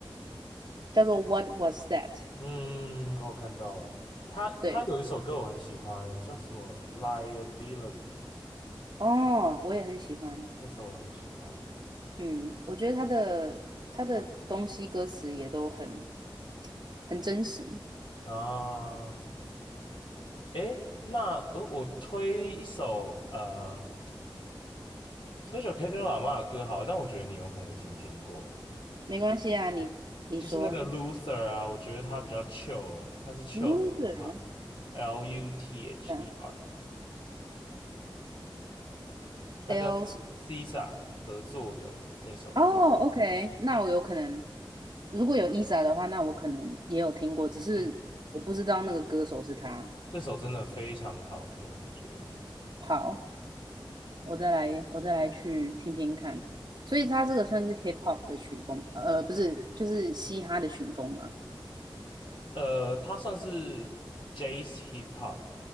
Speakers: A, on the right (about 55°); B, on the left (about 70°).
A: 叫做《What Was That》。
B: 嗯，我看到了。他他有一首歌我很喜欢，
A: 对，
B: 叫什么《Liability》，
A: 哦，我也很喜欢。
B: 那首我很喜欢。
A: 嗯，我觉得他的他的东西歌词也都很很真实。
B: 啊，诶，那呃我推一首呃，推一首 Kendrick Lamar 的歌好了但我觉得你有可能已经听过了，
A: 没关系啊，你你说
B: 就是那个 Luther 啊，我觉得他比较 chill，他是 chill
A: loser
B: 的 hip hop，L U T H
A: 这样
B: E R。他跟
A: ，L
B: SZA
A: s 什
B: 合作的那首歌，
A: 哦，OK，那我有可能，如果有 Isa 的话，那我可能也有听过，只是我不知道那个歌手是他。
B: 嗯，这首真的非常好听，我觉得，
A: 好，我再来，我再来去听听看。所以他这个算是 hip hop 的曲风，呃，不是，就是嘻哈的曲风嘛。
B: 呃，他算是 Jazz Hip Hop